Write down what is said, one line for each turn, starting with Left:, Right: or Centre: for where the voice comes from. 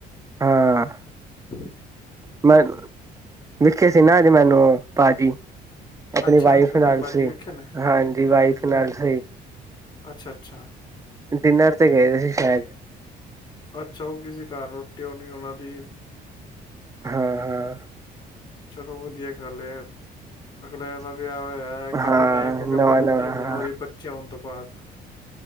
Right: ਹਾਂ
Left: <inaudible>
Right: ਮੈਂ, ਵੇਖੇ ਸੀ ਨਾ ਮੈਨੂੰ ਭਾਜੀ ਆਪਣੀ
Left: ਅੱਛਾ
Right: ਵਾਈਫ
Left: ਗਗਨ
Right: ਨਾਲ
Left: ਬਾਜੀ
Right: ਸੀ।
Left: ਵੇਖਿਆ ਨੇ
Right: ਹਾਂਜੀ ਵਾਈਫ
Left: ਹਾਂਜੀ
Right: ਨਾਲ ਸੀ
Left: ਅੱਛਾ ਅੱਛਾ
Right: ਡਿਨਰ ਤੇ ਗਏ ਸੀ ਸ਼ਾਇਦ।
Left: ਅੱਛਾ ਉਹ ਕਿਸੀ ਘਰ ਰੋਟੀ ਹੋਣੀ ਉਹਨਾਂ ਦੀ।
Right: ਹਾਂ ਹਾਂ
Left: ਚਲੋ ਵਧੀਆ ਗੱਲ ਏ ਐ- ਅਗਲਿਆਂ ਦਾ ਵੀ ਪਿਆ ਹੋਇਆ, ਕਾਫੀ
Right: ਹਾਂ
Left: ਟਾਈਮ ਹੋ ਗਿਆ
Right: ਨਵਾਂ
Left: ਪਰ ਰੋਟੀ
Right: ਨਵਾਂ ਹਾਂ
Left: ਹੁਣ ਉਹਦੀ ਬੱਚੇ ਹੋ ਤੋਂ ਬਾਅਦ